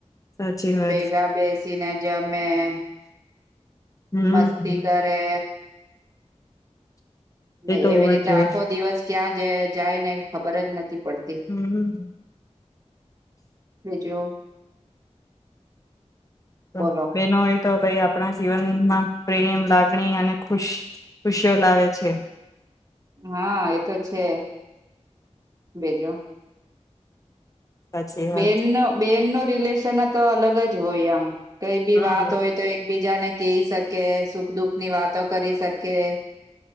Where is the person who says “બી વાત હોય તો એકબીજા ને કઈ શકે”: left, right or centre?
Right